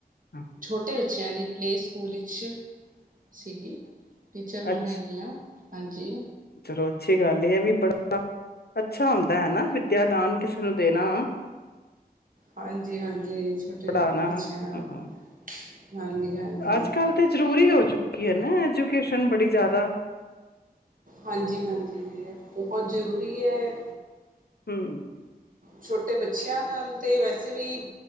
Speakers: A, on the left; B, on the right.
A: ਹੂੰ।
B: ਛੋਟੇ ਬੱਚਿਆਂ ਦੀ ਪਲੇਅ ਸਕੂਲ ਵਿੱਚ ਸੀਗੀ, ਟੀਚਰ ਹੁਣ
A: ਅੱਛਾ
B: ਹੈਗੀ ਆਂ ਹਾਂਜੀ।
A: ਚਲੋ ਅੱਛੀ ਗੱਲ ਇਹ ਆ ਵੀ ਬੜਾ ਅੱਛਾ ਹੁੰਦਾ ਹੈ ਨਾ ਵਿਦਿਆ ਦਾਨ ਕਿਸੇ ਨੂੰ ਦੇਣਾ
B: ਹਾਂਜੀ, ਹਾਂਜੀ ਛੋਟੇ
A: ਪੜ੍ਹਾਣਾ
B: ਬੱਚਿਆਂ ਨਾਲ
A: ਹਾਂ
B: ਹਾਂਜੀ, ਹਾਂਜੀ
A: ਅੱਜ ਕੱਲ ਤੇ ਜ਼ਰੂਰੀ ਹੋ ਚੁੱਕੀ ਹੈ ਨਾ ਐਜੂਕੇਸ਼ਨ ਬੜੀ ਜ਼ਿਆਦਾ
B: ਹਾਂਜੀ- ਹਾਂਜੀ ਇਹ ਬਹੁਤ ਜ਼ਰੂਰੀ ਹੈ।
A: ਹੂ,,,
B: ਛੋਟੇ ਬੱਚਿਆਂ ਨਾਲ ਤੇ ਵੈਸੇ ਵੀ